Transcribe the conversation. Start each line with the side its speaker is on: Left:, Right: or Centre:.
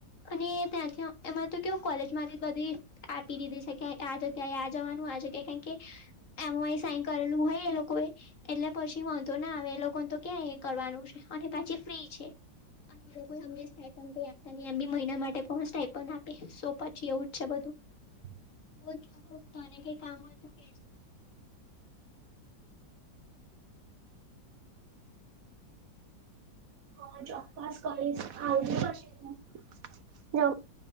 Left: અને ત્યાંથી એમાં તો કે કોલેજમાં બધી આપી દીધી છે કે આ જગ્યા આ જવાનું આ જગ્યા કાય કી એમ સાઈન કરેલું હોય એ લોકો એટલે પછી વાંધો ના આવે એ લોકોને તો ક્યાં એ કરવાનું છે અને પછી ફ્રી છે અને એ લોકો અમને સ્ટાપન કઈ આપતા નહી એમ બે મહિના માટે સ્ટાપન આપે સ પછી એવું જ છે બધું
Right: <inaudible>
Left: બોલ તને કઈ કામ હોય તો કે જે
Right: હા ચોક્કસ કરીશ આવજે પછે તું